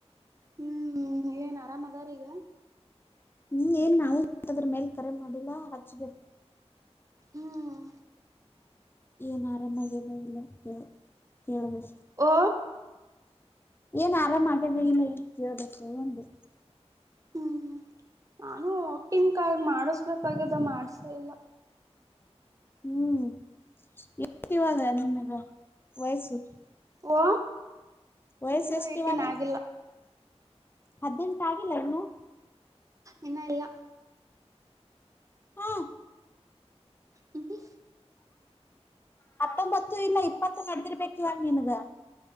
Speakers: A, on the right (about 30°); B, on the left (about 20°).
A: ಹ್ಮ್ ಏನ್ ಆರಾಮ್ ಅದಾರ ಈಗ
B: ಹ್ಮ್ ಏನ್ ನಾವು ಅದ್ರ ಮೇಲ್ ಕರೆ ಮಾಡಿಲ್ಲಾ ಹಚ್ಬೇಕ
A: ಹ್ಮ್
B: ಏನ್ ಆರಾಮಾಗಿದೆ ಇಲ್ಲ ಕ ಹ
A: ಓ
B: ಏನ ಆರಾಮ ಆಗ್ಯದ ಇಲ್ಲ ಕೇಳಬೇಕು ಒಂದು
A: ಹ್ಮ್ ನಾನು ಒಟ್ಟನ್ ಕಾಳ ಮಾಡಸ್ಬೇಕಾಗಿದ್ದ ಮಾಡ್ಸ ಇಲ್ಲ
B: ಹ್ಮ್ ಎತಿ ಇವಾಗ ನಿಮಗೆ ವಯಸ್ಸು
A: ಓ
B: ವಯಸ
A: ಇನ್ನು
B: ಎಷ್ಟ
A: ಏಟೀನ್
B: ಇವಾಗ
A: ಆಗಿಲ್ಲ
B: ಹದ್ೆಟ ಆಗಿಲ್ಲ ಇನ್ನು
A: ಇನ್ನ ಎಲ್ಲ
B: ಹಾ
A: ಹ್ಮ
B: ಹತ್ತೊಂಬತ್ತು ಇಲ್ಲ ಇಪ್ಪತ್ತು ನಡ್ದಿರ್ಬೇಕಕ್ ಇವಾಗ ನಿನ್ಗ